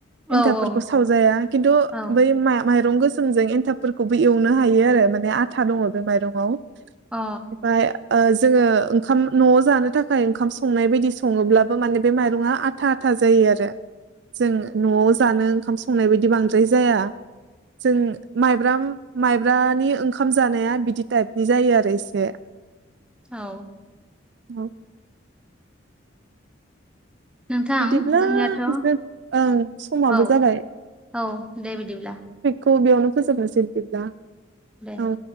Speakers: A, on the right; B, in the centre.
A: एन्थाबफोरखौ
B: औ
A: सावजाया खिन्थु
B: औ
A: बै मा माइरं गोस सोमजों एन्थाबफोरखौबो एवनो हायो आरो माने आथा दङ' बे माइरंआव
B: अ
A: <unintelligible> ओ जोङो ओंखाम न'आव जानो थाखाय ओंखाम संनाय बायदि सङोब्लाबो माने बे माइरङा आथा आथा जायो आरो जों न'आव जानो ओंखाम संनाय बायदि बांद्राय जाया। जों माइब्रा माइब्रानि ओंखाम जानाया बिदि टाइपनि जायो आरो इसे।
B: औ।
A: औ।
B: नोंथां
A: बिदिब्ला
B: जोंनियाथ'
A: जों ओं समाबो
B: औ
A: जाबाय
B: औ दे बेदिब्ला।
A: खौ बेयावनो फोजोबनोसै बेदिब्ला
B: दे
A: औ।